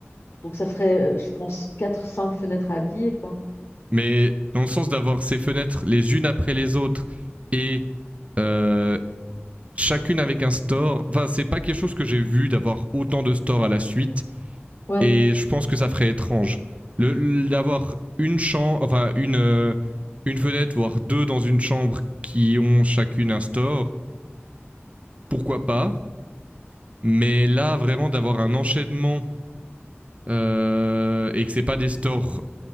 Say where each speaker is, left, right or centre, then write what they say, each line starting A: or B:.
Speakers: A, on the left (about 50°); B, on the right (about 30°).
A: Donc ça ferait, euh, je pense, quatre, cinq fenêtres à habiller, quoi.
B: Mais dans le sens d'avoir ces fenêtres les unes après les autres et euh, chacune avec un store. Enfin, c'est pas quelque chose que j'ai vu d'avoir autant de stores à la suite.
A: Ouais.
B: Et je pense que ça ferait étrange. Le- D'avoir une chambre, enfin une, euh, une fenêtre, voire deux dans une chambre qui ont chacune un store, pourquoi pas. Mais là, vraiment, d'avoir un enchaînement euh, et que c'est pas des stores